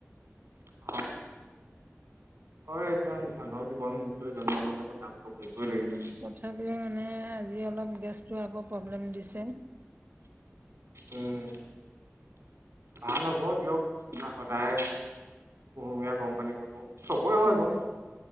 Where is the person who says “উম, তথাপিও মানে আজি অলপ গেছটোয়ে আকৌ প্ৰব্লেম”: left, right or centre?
Right